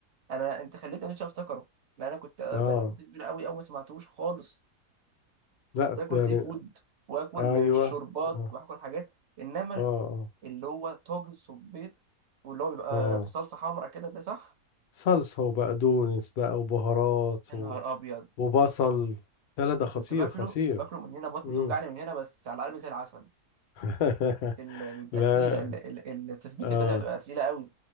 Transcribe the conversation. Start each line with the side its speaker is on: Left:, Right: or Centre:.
Right: انا انت خليتني نفسي افتكره لان انا كنت
Left: اه
Right: بقالي مده كبيره قوي اول ما سمعتوش خالص كنت
Left: لا
Right: اكل
Left: ده
Right: سي
Left: من...
Right: فود واكل
Left: ايوه
Right: شوربات
Left: اه
Right: واكل حاجات انما
Left: اه اه
Right: اللي هو طاجن صبيط واللي هو بيبقى
Left: اه
Right: في صلصه حمرا كده ده صح
Left: صلصة وبقدونس بقى وبهارات
Right: يا
Left: و...
Right: نهار ابيض
Left: وبصل لا لا ده
Right: انا
Left: خطير
Right: كنت باكله
Left: خطير
Right: باكله من هنا بطني
Left: مم.
Right: توجعني من هنا بس على قلبي زي العسل
Left: <laughs>
Right: اللي بيبقى
Left: لا
Right: تقيله ال- ال- التسبيكه
Left: آه
Right: بتاعتها بتبقى تقيله قوي